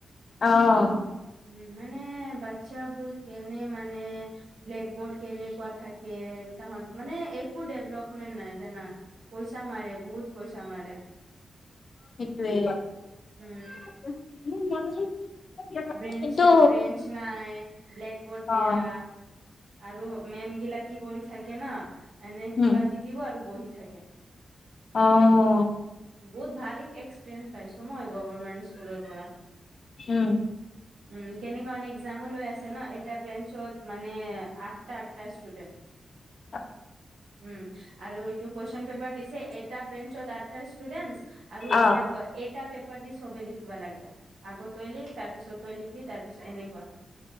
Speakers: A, on the left; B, on the right.
A: অঁ।
B: উমঁ' মানে বাচ্ছাবোৰ কেনে মানে ব্লেকবৰ্ড কেনেকুৱা থাকে, তাহত মানে একো ডেভলপমেণ্ট নাই জানা। পইচা মাৰে, বহুত পইচা মাৰে,
A: সেইটোৱে
B: উমঁ।
A: <unintelligible>
B: ব্ৰেন্ঞ্চ
A: কিন্তু
B: নাই, ব্লেক বৰ্ড দিয়া।
A: অ
B: আৰু মেমগিলা কি কৰি থাকে ন' এনে
A: উম
B: কিবা দি দিব আৰু বহি থাকে।
A: অঁ।
B: বহুত ভাল এক্সপিৰিয়েঞ্চ পাইছো মই গভমেন্ট স্কুলৰ পৰা।
A: উমঁ।
B: উমঁ' কেনেকুৱ এক্সামো লৈ আছে ন' এটা ব্ৰেঞ্চত মানে আঠটা আঠটা ষ্টুডেণ্ট।
A: <unintelligible>
B: উমঁ আৰু এইটো কুৱেশন পে পেপাৰ দিছে এটা বেঞ্চত আঠটা ষ্টুডেণ্টচ্ আৰু
A: অ
B: এটা পেপাৰ দি চবেই লিখব লাগিব, আগ তই লিখ তাৰপিছত তই লিখিবি তাৰপিছত এনেকুৱা।